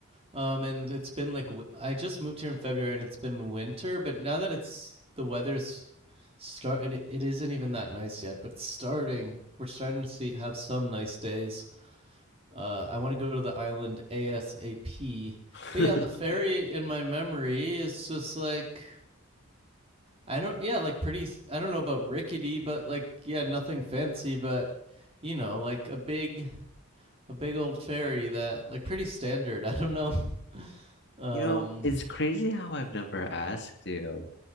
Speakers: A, on the right; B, on the left.
A: Um, and it's been like I just moved here in February, and it's been winter. But now that it's the weather's start, it, it isn't even that nice yet. But it's starting. We're starting to see have some nice days Uh, I want to go to the island ASAP.
B: <laughs>
A: But yeah, the ferry in my memory is just like I don't yeah, like pretty I don't know about rickety, but like yeah, nothing fancy, but you know, like a big a big old ferry that like pretty standard. <laughs> I don't know. Um
B: You know, it's crazy how I've never asked you.